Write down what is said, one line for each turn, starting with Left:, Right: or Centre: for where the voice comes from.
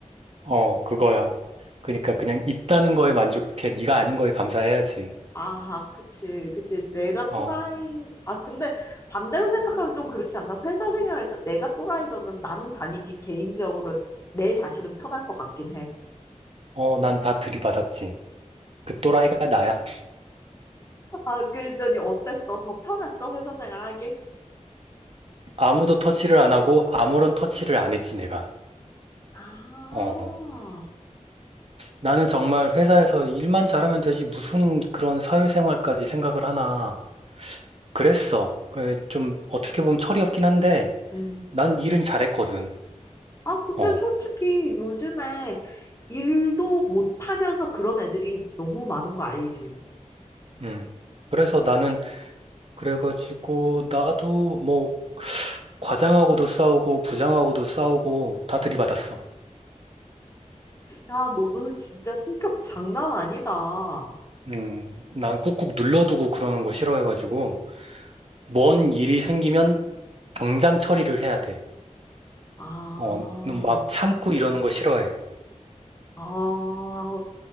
Right: 어, 그거야. 그러니까 그냥 있다는 거에 만족해. 네가 아닌 거에 감사해야지.
Left: 아, 그치, 그치. 내가
Right: 어,
Left: 또라이, 아, 근데 반대로 생각하면 좀 그렇지 않나? 회사 생활에서 내가 또라이면은 나는 다니기 개인적으로 내 자신은 편할 것 같긴 해.
Right: 어, 난 다 들이받았지. 그 또라이가 나야.
Left: 아, 그러더니 어땠어? 더 편했어? 회사 생활하기?
Right: 아무도 터치를 안 하고 아무런 터치를 안 했지, 내가.
Left: 아,
Right: 어, 나는 정말 회사에서 일만 잘하면 되지. 무슨 그런 사회생활까지 생각을 하나. 그랬어. 그래, 좀 어떻게 보면 철이 없긴 한데
Left: 음.
Right: 난 일은 잘했거든.
Left: 아, 근데
Right: 어,
Left: 솔직히 요즘에 일도 못하면서 그런 애들이 너무 많은 거 알지?
Right: 음. 그래서 나는 그래가지고 나도 뭐 과장하고도 싸우고 부장하고도 싸우고 다 들이받았어.
Left: 야, 너도 진짜 성격 장난 아니다.
Right: 음, 난 꾹꾹 눌러두고 그러는 거 싫어해가지고 뭔 일이 생기면 당장 처리를 해야 돼.
Left: 아,
Right: 어, 막 참고 이러는 거 싫어해.
Left: 아,